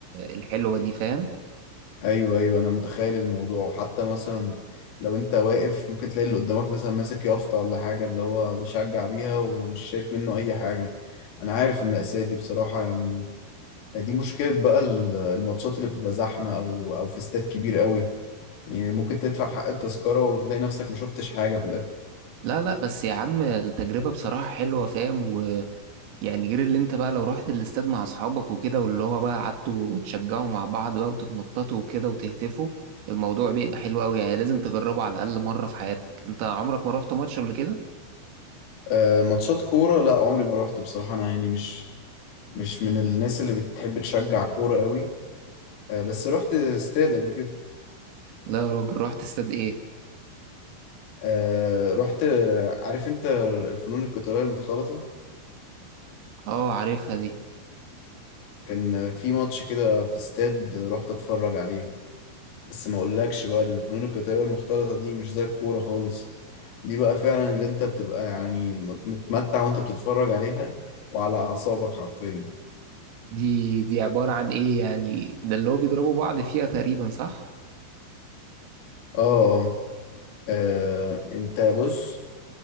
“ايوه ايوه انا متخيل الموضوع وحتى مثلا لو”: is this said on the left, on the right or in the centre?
Left